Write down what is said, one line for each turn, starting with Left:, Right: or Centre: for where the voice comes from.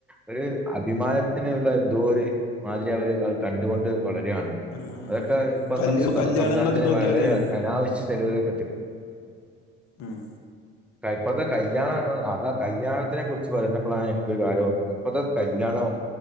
Centre: ഒരു അഭിമാനത്തിനുള്ള എന്തോ ഒരു മാതിരി അവര്- കണ്ടുകൊണ്ട് വളരും
Left: ആഹ് ആഹ്
Centre: അതൊക്കെ ഇപ്പൊത്തെ
Left: കല് കല്യാണങ്ങളൊക്കെ
Centre: സമുദായത്തിന്
Left: എടുത്ത് നോക്കിയാ
Centre: വളരെ
Left: അറിയാലോ നമ്മക്ക്
Centre: അനാവശ്യ ചെലവിലേക്ക്എത്തിക്കും
Left: ഉം
Centre: കൈപ്പത്തെ കല്യാണ അതാ കല്യാണത്തിനെ കുറിച്ച് പറഞ്ഞപ്പോഴാണ് എനിക്കൊരു കാര്യം ഓർമ്മവരൂ ന്നത് ഇപ്പത്തെ കല്യാണം